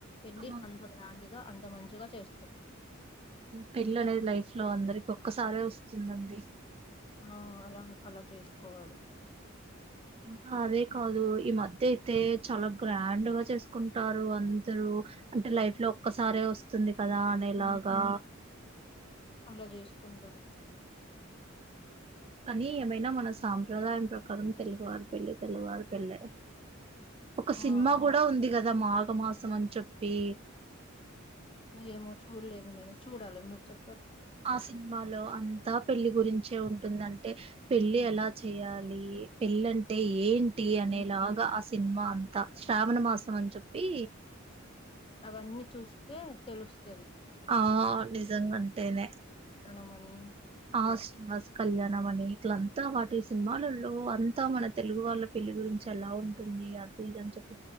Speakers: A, on the left (about 25°); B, on the right (about 30°).
A: వెళ్ళి
B: ఆ
A: అంత గ్రాండ్గా అంత అంత మంచిగ చేస్తరు
B: పెళ్లి అనేది లైఫ్ లో అందరికి ఒక్కసారే వస్తుందండి
A: ఆ అలా అలా చేసుకోవాలి
B: ఇంకా అదే కాదు ఈ మధ్య అయితే చాలా గ్రాండ్గా చేసుకుంటారు అందరూ అంటే లైఫ్ లో ఒక్కసారే వస్తుంది తప్పదా అ నే
A: హ్మ్.
B: లాగా
A: అలా చేసుకుంటారు
B: కానీ ఏమైనా మన సాంప్రదాయం ప్రకారం తెలుగువారు పెళ్ళి తెలుగువారు పెళ్లే ఒక
A: ఆ
B: సినిమా కూడా ఉంది కదా మా ఒక మాసం అని చెప్పి
A: ఏమో చూడలేదు నేను చూడాలి మీరు చె
B: ఆ సినిమాలో అంతా పెళ్లి గురించి వచ్చే ఉంటుందంటే పెళ్లి ఎలా చేయాలి పెళ్ళి అంటే ఏంటి టీ అనేలాగా
A: నేను
B: ఆ సినిమా అంతా శ్రావణ మాసం అని చెప్పి
A: అవన్నీ చూస్తే తెలుస్త సది
B: ఆ ని ఇంటనే
A: తనమణి
B: ఆ శ కళ్యాణం అని ఇట్లంతా వాటి సినిమాలలో అంతా మన తెలుగు వాళ్ళ పెళ్లి గురించి ఎలా ఉంటుంది అది ఇని చెప్